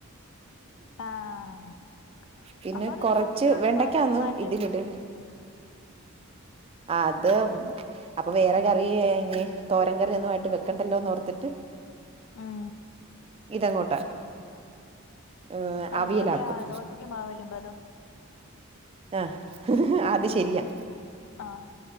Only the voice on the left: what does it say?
ആഹ്
അപ്പൊ അതൊരു
ബോക്സിലോട്ട്
മാറ്റി മാറ്റി
വെച്ചിട്ട്
ആഹ്
അതുപോലെയാ
ദോശക്ക് മാവരയ്ക്കുമ്പോ അതോ
ആഹ്